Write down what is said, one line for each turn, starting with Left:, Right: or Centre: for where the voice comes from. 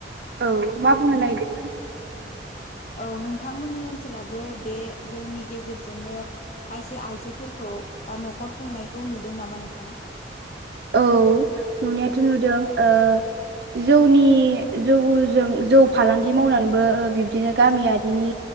Right: औ मा बुंनो नागिरदोंमोन
Left: औ नोंथांमोननि ओन्सोलावबो बे जौनि गेजेरजोंनो खायसे आइजोफोरखौ बा न'खर खुंनायखौ नुदों नामा नोंथाङा
Right: औ नुनायाथ' नुदों ओ जौनि जौजों जौ फालांगि मावनानैबो बिबदिनो गामियारिनि